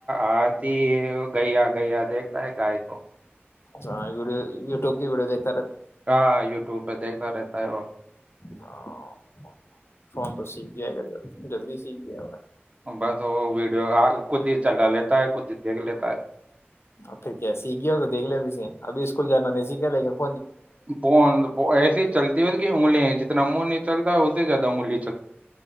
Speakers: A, on the right; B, on the left.
A: آج تی گیا گیا دیکھتا ہے گائے کو
B: ہ ویڈیو وٹیوب کی ویڈیو دیک
A: ہاں یوٹیوب پہ دیکھتا رہتا ا او
B: ہاں فون تو سیکھ جائے گا ج جلدی سیکھ گیا ہوا
A: بس وہ وڈیو آ کچود ہی چلاا لیتا ہے خود ہی دیکھ لیتا ہے
B: اور پھر کیا سیکھ گیا ہو تو دیکھ ل اب سے ابھی اس کو اسکول جانا نہیںگ کیا ل گ
A: فون ایسی ہی چلتی ہے اس کی انگلیں ہیں جتنا منہ نہیں چلتا زدہ مولی